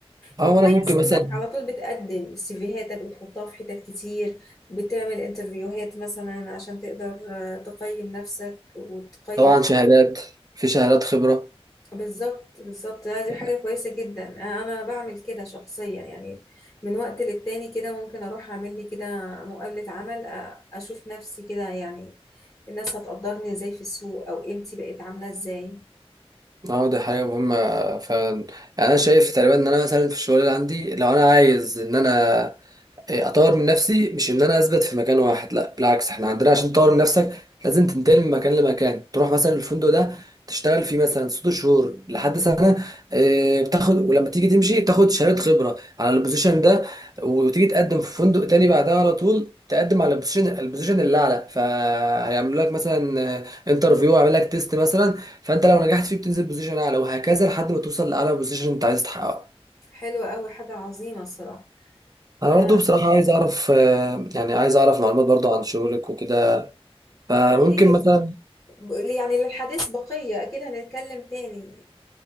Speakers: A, on the right; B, on the left.
A: اه
B: وكويس
A: وانا ممكن
B: انك
A: مثلا
B: على طول بتقدم سيفيهاتك بتحطها في حتت كتير بتعمل انترفيوهات مثلا عشان تقدر تقيم نفسك وتقيم
A: طبعا شهادات في شهادات خبره
B: بالظبط بالظبط لا، دي
A: يعني
B: حاجة كويسة جدا أنا أنا بعمل كده شخصيا يعني من وقت للتاني كده ممكن أروح أعمل لي كده مقابلة عمل أ- أشوف نفسي كده يعني الناس هتقدرني إزاي في السوق أو قيمتي بقت عاملة إزاي
A: اه دي حاجه مهمه فعلا يعني انا شايف تقريبا ان انا مثلا في الشغل اللي عندي لو انا عايز ان انا إيه، اطور من نفسي مش ان انا اثبت في مكان واحد لا بالعكس احنا عندنا عشان تطور من نفسك لازم تنتقل من مكان لمكان تروح مثلا الفندق ده تشتغل فيه مثلا ست شهور لحد سنه آه، بتاخد ولما تيجي تمشي تاخد شهاده خبره على البوزيشن ده وتيجي تقدم في فندق تاني بعدها على طول تقدم على البوزيشن البوزيشن اللي اعلى فهيعملوا لك مثلا انترفيو يعمل لك تيست مثلا فانت لو نجحت فيه بتنزل بوزيشن اعلى وهكذا لحد ما توصل لاعلى بوزيشن انت عايز تحققه
B: حلوة أوي حاجة عظيمة الصراحة
A: انا
B: أنا
A: برضو بصراحة عايز اعرف آه، يعني عايز اعرف معلومات برضو عن شغلك وكده فممكن
B: أكيد
A: مثلا
B: ب- يعني للحديث بقية أكيد هنتكلم تاني